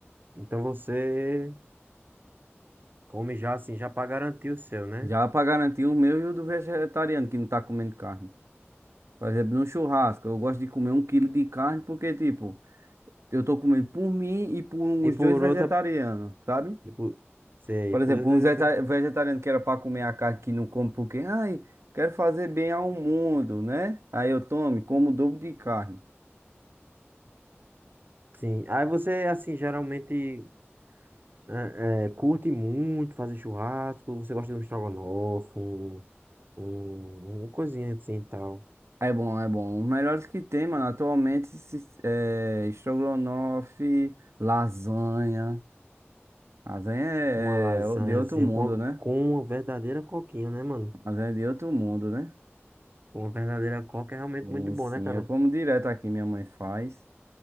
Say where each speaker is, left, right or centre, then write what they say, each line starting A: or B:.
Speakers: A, on the right; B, on the right.
A: Então você come já assim, já pra garantir o seu, né?
B: Já para garantir o meu e o do vegetariano que não tá comendo carne. Por exemplo, no churrasco, eu gosto de comer um quilo de carne porque, tipo, eu tô comendo por mim e por uns
A: E
B: dois
A: por
B: vegetarianos,
A: outra,
B: sabe?
A: tipo, sei,
B: Por
A: por
B: exemplo,
A: outra
B: um
A: vegetariano.
B: vegeta- vegetariano que era para comer a carne que não come porque, ai, quero fazer bem ao mundo, né? Aí eu tomo, e como o dobro de carne.
A: Sim. Aí você, assim, geralmente é, é, curte muito fazer churrasco, você gosta de um estrogonofe, um, um, uma coisinha assim e tal.
B: É bom, é bom. Os melhores que tem, mano, atualmente se- é estrogonofe, lasanha. Lasanha é,
A: Uma lasanha,
B: é de outro
A: assim,
B: mundo,
A: com,
B: né?
A: com uma verdadeira coquinha, né, mano?
B: Lasanha é de outro mundo, né?
A: Com Uma verdadeira coca é realmente
B: Sim,
A: muito bom,
B: sim.
A: né, cara?
B: Eu como direto aqui, minha mãe faz.